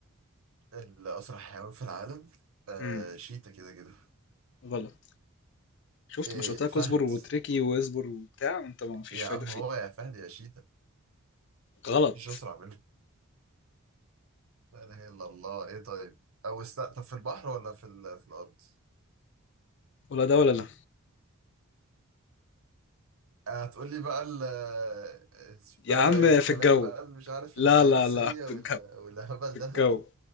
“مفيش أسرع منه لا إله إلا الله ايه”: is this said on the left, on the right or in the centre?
Right